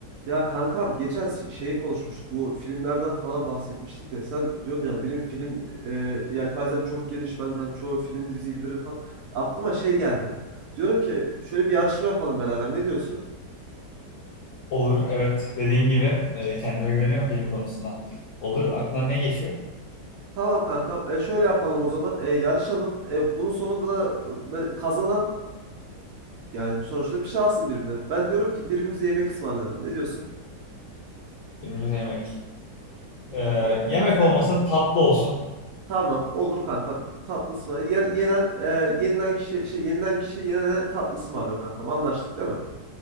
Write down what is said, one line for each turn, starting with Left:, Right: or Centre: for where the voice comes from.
Right: Ya kankam geçen si- şeyi konuşmuştuk. Bu filmlerden falan bahsetmiştik de sen diyordun yani benim film e, yelpazem çok geniş. Ben hani çoğu film diziyi bilirim falan. Aklıma şey geldi. Diyorum ki şöyle bir yarışma yapalım beraber. Ne diyorsun?
Left: Olur, evet. Dediğin gibi e, kendime güveniyorum film konusunda. Olur, aklına ne geçiyor?
Right: Tamam kankam. E, şöyle yapalım o zaman. E, yarışalım. E, bunun sonunda da e, kazanan yani sonuçta bir şey alsın birbirine. Ben diyorum ki birbirimize yemek ısmarlayalım. Ne diyorsun?
Left: Önümüzde yemek. E,
Right: Ya,
Left: yemek olmasın, tatlı olsun.
Right: Tamam olur kankam tatlı ısmarlayalım. Yenen e, yenilen kişi şey yenilen kişi yenene tatlı ısmarlıyor kankam anlaştık değil mi?